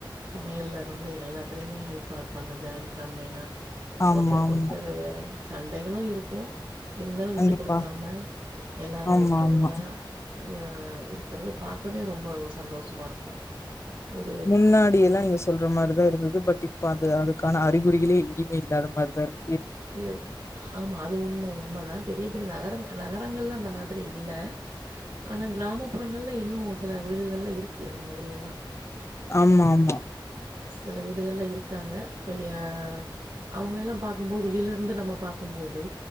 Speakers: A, on the right; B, on the left.
A: சமையல் லருந்து எல்லாத்துலையுமே ஹெல்ப்பா இருப்பாங்க ஜாயிண்ட் ஃபேமிலினா
B: ஆமா
A: ஒருத்தருக்கு
B: ஆமா
A: ஒருத்தர் வே சண்டைகளு இருக்கு இருந்தாலு விட்டு
B: கண்டிப்பா
A: குடுக்காம எல்லாரு
B: ஆமா
A: ஒற்றுமையா
B: ஆமா
A: அ இருக்கிறது பாக்கவே ரொம்ப ஒரு சந்தோஷமா இருக்கு ஒரு
B: முன்னாடிய எல்லா நீங்க சொல்ற மாரிதா இருந்தது பட் இப்ப அது அது கனா அறிகுறிகளே எங்கியுமே இல்லாத மாரிதா இருக்
A: இல்ல ஆமா அது உண்ம உண்மதா பெரிய பெரிய நகர நகரங்கள்ல அந்த மாத்ரி இல்ல ஆனா கிராமப்புறங்கள்ல இன்னு சில வீடுகள்ல இருக்கு இந்த மாத்ரி எல்லா
B: ஆமா ஆமா
A: செல வீடுகள்ல இருக்காங்க வெளிய அவுங்கல்லா பாக்கும்போது வெளியிலலிருந்து நம்ம பாக்கு போது